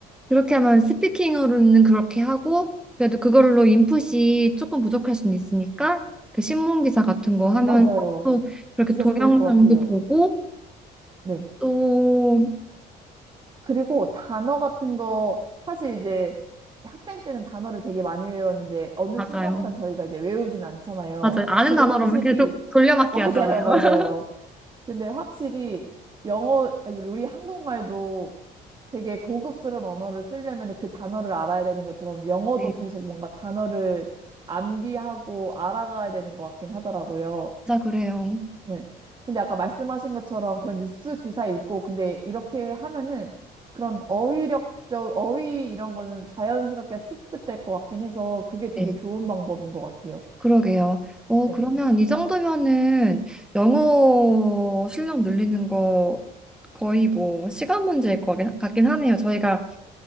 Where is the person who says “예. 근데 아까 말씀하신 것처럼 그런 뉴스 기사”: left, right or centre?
Right